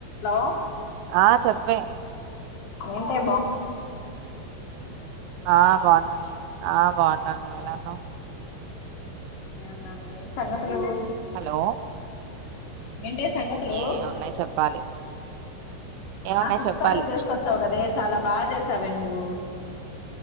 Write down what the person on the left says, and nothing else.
హలో
ఉంటే బా
నేవున్నా ఏన్ త హలో
వఎంటే సంగతులు
నా ఫిష్
కర్రీ చేసుకొచ్చావు కదే చాలా బాగా చేసావే నువ్వు